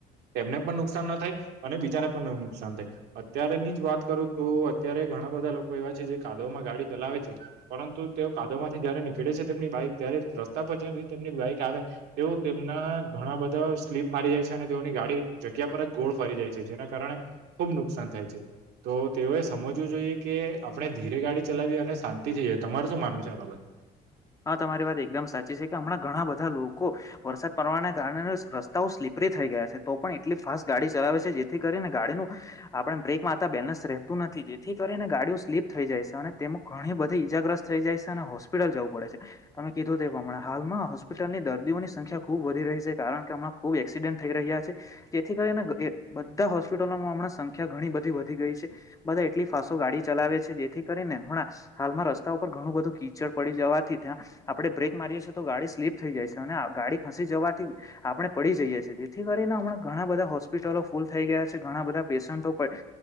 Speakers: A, on the right (about 80°); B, on the left (about 20°).
A: એમને પણ નુકસાન ન થાય અને બીજાને પણ ન નુકસાન થાય. અત્યારેની જ વાત કરું તો અત્યારે ઘણા બધા લોકો એવા છે જે કા દવમાં ગાડી ચલાવે છે, પરંતુ તેઓ કાદવ માંથી જયારે નીકળે છે તેમની બાઈક ત્યારે જ રસ્તા પર જેવી તેમની બાઈક આવે તેઓ તેમના ઘણા બધાઓ સ્લીપ મારી જાય છે, અને તેઓની ગાડી જગ્યા પર ગોળ ફરી જાય છે, જેના કારણે ખુબ નુકસાન થાય છે. તો તેઓએ સમજવું જોઈએ કે આપણે આપણે ધીરે ગાડી ચલાવીએ અને શાંતિ થી જાય. તમાર શું માનવું છે આ બાબત?
B: હા તમારી વાત એકદમ સાચી છે, કે હમણાં ઘણા બધા લોકો વરસાદ પડવાના કારણે રસ્તાઓ સ્લીપ પ્રી થઈ ગયા છે તો પણ એટલી ફાસ્ટ ગાડી ચલાવે છે જેથી કરીને ગાડીનું આપણા બ્રેક મારતા બેલેન્સ રહેતું નથી જેથી ક રીને ગાડીઓ સ્લીપ થઈ જાય છે, અને તેમો ઘણી બધી ઈજાગ્રસ્ત થઈ જાય છે, અને હોસ્પિટલ જવું પડે છે. તમે કીધું તે પ્રમાણે હાલમાં હોસ્પિટલની દર્દીઓની સંખ્યા ખુબ વધી રહી છે કારણ કે હમણાં ખુબ એક્સિડેન્ટ થઈ રહ્યા છે. જેથી કરીને બધા હોસ્પિટલોમાં હમણાં સંખ્યા ઘણી બધી વધી ગઈ છે. બધા એટલી ફાસો ગાડી ચલાવે છે, જેથી કરીને હમણા હાલમાં રસ્તા ઉપર ઘણું બધું કીચડ પડી જવાથી ત્યાં આપણે બ્રેક મારીએ છીએ તો ગાડી સ્લીપ થઈ જાય સે, અને ગાડી ખસી જવા થી આપણે પડી જઈએ છીએ. જેથી કરીને હમણાં ઘણા બધા હોસ્પિટલો ફૂલ થઈ ગયા છે, ઘણા બધા પેશન્ટો પણ